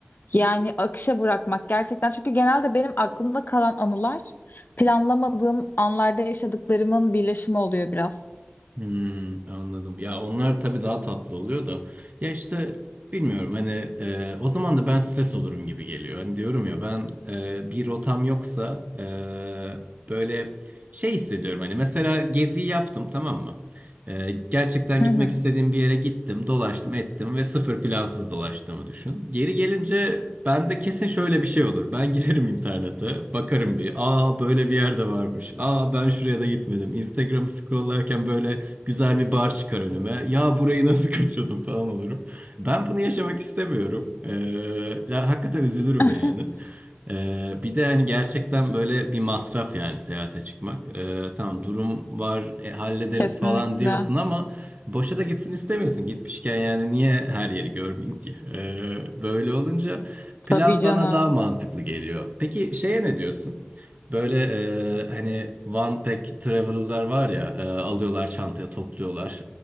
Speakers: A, on the left; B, on the right.
A: yani akışa bırakmak gerçekten. Çünkü genelde benim aklımda kalan anılar planlamadığım anlarda yaşadıklarımın birleşimi oluyor biraz.
B: Hmm, anladım. Ya onlar tabii daha tatlı oluyor da. Ya işte bilmiyorum hani e, o zaman da ben stres olurum gibi geliyor. Hani diyorum ya ben e, bir rotam yoksa e, böyle şey hissediyorum hani mesela geziyi yaptım tamam mı? E, gerçekten
A: Hı
B: gitmek
A: hı.
B: istediğim bir yere gittim, dolaştım, ettim ve sıfır plansız dolaştığımı düşün. Geri gelince bende kesin şöyle bir şey olur. Ben <laughs> girerim internete, bakarım bir. Aa böyle bir yerde varmış. Aa ben şuraya da gitmedim. Instagram'ı scrolllarken böyle Güzel bir bar çıkar önüme. Ya burayı nasıl <laughs> kaçırdım falan olurum. Ben bunu yaşamak istemiyorum. Ee, ya hakikaten üzülürüm
A: <laughs>
B: yani. Ee, bir de hani gerçekten böyle bir masraf yani seyahate çıkmak. Ee, tamam durum var e, hallederiz
A: Kesinlikle.
B: falan diyorsun ama boşa da gitsin istemiyorsun. Gitmişken yani niye her yeri görmeyeyim diye. Ee, böyle olunca
A: Tabii
B: plan
A: canım.
B: bana daha mantıklı geliyor. Peki şeye ne diyorsun? Böyle e, hani one pack traveler'lar var ya e, alıyorlar çantaya topluyorlar